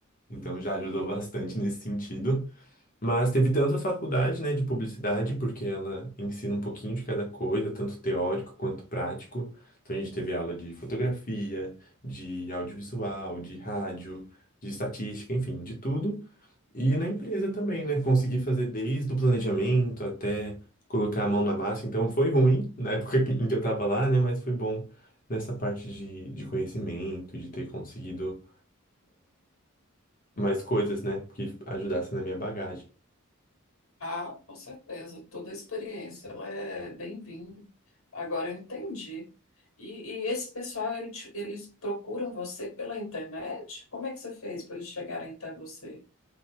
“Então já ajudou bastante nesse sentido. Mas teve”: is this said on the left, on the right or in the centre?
Left